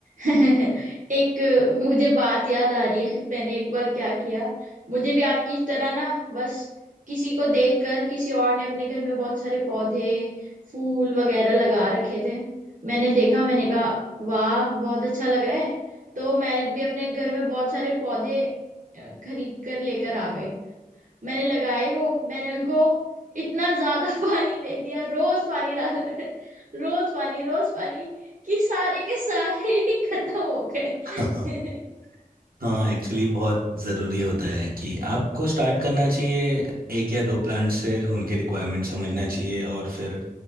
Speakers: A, on the right; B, on the right.
A: <laughs> एक मुझे बात याद आ रही है मैंने एक बार क्या किया मुझे भी आपकी तरह ना बस किसी को देखकर किसी और ने अपने घर में बहुत सारे पौधे फूल वगैरह लगा रखे थे मैंने देखा मैंने कहा वाह बहुत अच्छा लग रहा है तो मैं भी अपने घर में बहुत सारे पौधे अ, खरीद कर लेकर आ गए मैंने लगाए वो मैंने उनको इतना ज्यादा <laughs> पानी दे दिया रोज पानी डाल <laughs> रोज पानी रोज पानी कि सारे के सारे <laughs> ही खत्म हो गए
B: <laughs>
A: <laughs>
B: हाँ एक्चुअली बहुत ज़रूरी होता है कि आपको स्टार्ट करना चाहिए एक या दो प्लांट से उनकी रिक्वायरमेंट समझना चाहिए और फिर